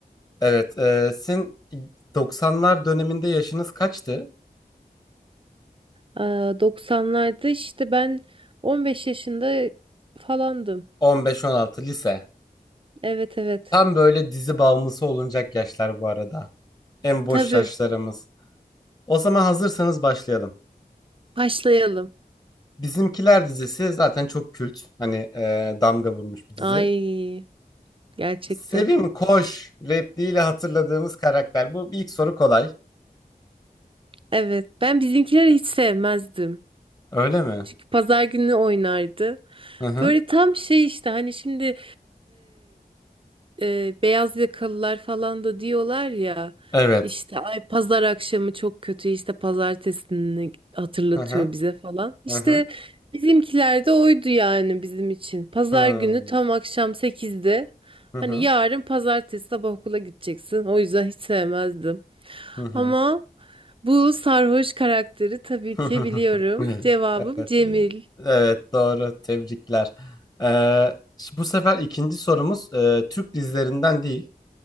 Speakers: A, on the left; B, on the right.
A: Evet, e, sizin 90'lar döneminde yaşınız kaçtı?
B: Aa, 90'larda işte ben 15 yaşında falandım.
A: On beş on altı lise.
B: Evet evet.
A: Tam böyle dizi bağımlısı olunacak yaşlar bu arada. En boş
B: Tabii.
A: yaşlarımız. O zaman hazırsanız başlayalım.
B: Başlayalım.
A: Bizimkiler dizisi zaten çok kült. Hani e, damga vurmuş bir dizi.
B: Ay gerçekten.
A: Sevim Koş repliğiyle hatırladığımız karakter. Bu ilk soru kolay.
B: Evet. Ben bizimkileri hiç sevmezdim.
A: Öyle mi?
B: Çünkü pazar günü oynardı.
A: Hı hı.
B: Böyle tam şey işte hani şimdi e, beyaz yakalılar falan da diyorlar ya
A: Evet.
B: işte ay pazar akşamı çok kötü işte pazartesini hatırlatıyor
A: Hı hı.
B: bize falan. İşte
A: Hı hı.
B: bizimkiler de oydu yani bizim için. Pazar
A: Hı hı.
B: günü tam akşam sekizde
A: Hı
B: hani
A: hı.
B: yarın pazartesi sabah okula gideceksin. O yüzden hiç sevmezdim.
A: Hı hı.
B: Ama bu sarhoş karakteri tabii
A: <laughs>
B: ki biliyorum. Cevabım
A: Evet,
B: Cemil.
A: evet doğru. Tebrikler. Ee, şu- bu sefer ikinci sorumuz e, Türk dizilerinden değil,